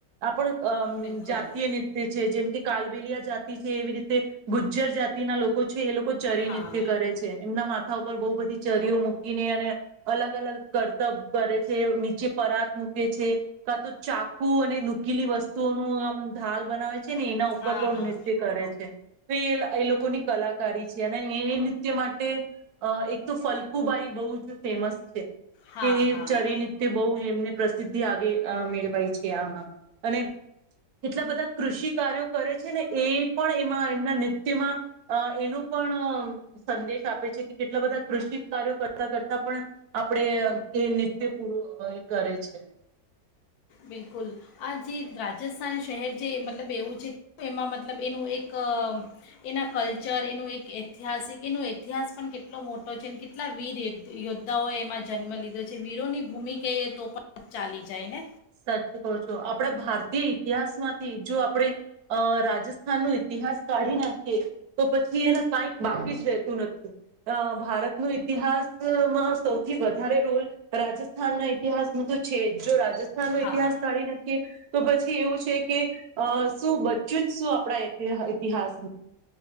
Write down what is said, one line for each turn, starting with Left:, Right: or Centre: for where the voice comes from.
Right: આપણ અમ
Left: બિલકુલ
Right: જાતીય નૃત્ય છે જેમ કે કાલબેલીયા જાતી રીતે ગુજ્જર જાતિના લોકો છે. એ લોકો ચરી
Left: હા
Right: નિત્ય કરે છે એમના મા હા ઉપર બહુ બધી ચરીઓ મૂકીને અને અલગ અલગ કરતબ કરે છે નીચે પરાત મૂકે છે કા તો ચાકુ અને નૂકીલી વસ્તુઓ ન આમ ધાલ બનાવે છે. <unintelligible> એના ઉપર
Left: હા
Right: પણ
Left: હા
Right: છે. એ એ લોકોની કલાકારી છે અને એ તે માટે અ એક તો ફલકુબાઈ બહુ જ ફેમસ છે.
Left: હા
Right: કે
Left: હા
Right: ચરીનિત્ય બવ જ એમને પ્ર સિદ્ધિ આગે મેળવાય છે આમાં અને એટલા બધા કૃષિ કાર્યો કરે છે ને એ પણ એમાં એમના નૃત્યમાં અ એનું પણ સંદેશ આપે છે કે કેટલા બધા કૃષિ કાર્યો કરતા કરતા પણ આપડે એ નિત્ય પૂરો અ કરે છે.
Left: બિલકુલ આ જે રાજસ્થાન શહેર જે મતલબ એવું છે એમાં મતલબ એનું એક અ એના કલ્ચર એનું એક ઐતિહાસિક એનો ઇતિહાસ પણ કેટલો મોટો છે અને કેટલા વીર ય યોદ્ધાઓએ એમાં જન્મ લીધો છે. વીરોની ભૂમિ કહીએ તો પણ ચાલી જાય ને
Right: સાચું કો છો આપણા ભારતીય ઇતિહાસ માંથી જો આપડે અ રાજસ્થાન નો ઈતિહાસ કાઢી નાખીએ તો પછી એને કાંઈક બાકી જ રહેતું નથી અ ભારત નો ઈતિહાસ <unintelligible> માં સૌથી વધારે રોલ રાજસ્થાન ના ઇતિહાસ નું તો છે જો રાજસ્ થાન નો
Left: હા
Right: ઇતિહાસ કાઢી નાખીએ તો પછી એવું છે કે અ શું બચ્યું જ શું આપણા ઈતિ ઇતિહાસ